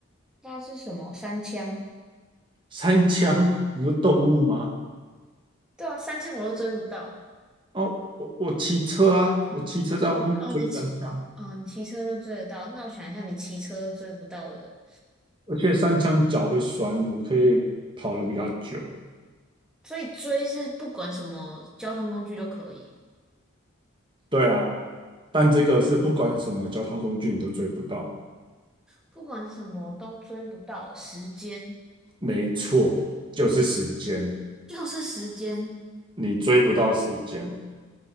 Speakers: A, in the centre; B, on the right.
A: 那是什么？三枪？
B: 三枪，你说动物吗？
A: 对啊，三枪我都追不到。
B: 哦，我我骑车啊，我骑车在后面追三枪，
A: 哦哦，你骑哦，你骑车就追得到。那我想一下，你骑车追不到的，
B: 而且三枪脚会酸，我可以跑得比较久。
A: 所以追是不管什么交通工具都可以，
B: 对啊，但这个是不管什么交通工具你都追不到。
A: 不管什么都追不到。时间
B: 没错，就是时间，
A: 就是时间，
B: 你追不到时间，